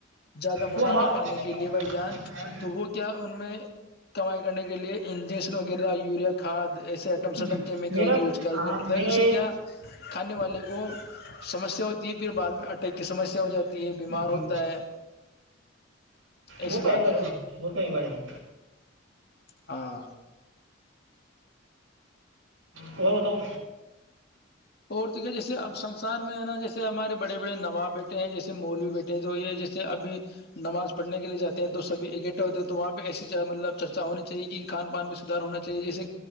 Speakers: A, on the left; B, on the right.
A: زیادہ منافع
B: وہ ہمارا
A: پانے کے لئے بھائی جان تو وہ کیا ان میں کمائی کرنے کے لئے انجن جسن وغیرہ یوریا کھاد ایسے ایٹم سٹم
B: جی
A: کیمیکل
B: میرا
A: یوز کرتا
B: ہاں میرا
A: ہے اسے
B: ایک
A: کیا کھانے والے کو سمسیا ہوتی ہے پھر بعد میں اٹیک کی سمسیا ہو جاتی ہے بیمار
B: جی
A: ہوتا ہے ایسی
B: وہ تو
A: بات
B: ہے بجان
A: ہو
B: وہ تو ہے ب جان
A: ہاں
B: اور بتاؤ
A: اورت کیا جیسے اب سسار میں ہے نا جیسے ہمارے بڑے بڑے نواب بیٹے ہیں جیسے مولوی بیٹے تو یہ جیسے ابھی نماز پڑھنے کے لیے جاتے ہیں تو سبھی اکٹے ہوتے ہیں تو وہاں پہ ایسی مطلب چرچا ہونے چاہے کہ کھان پان میں سدھار ہونا چاہیے جیسے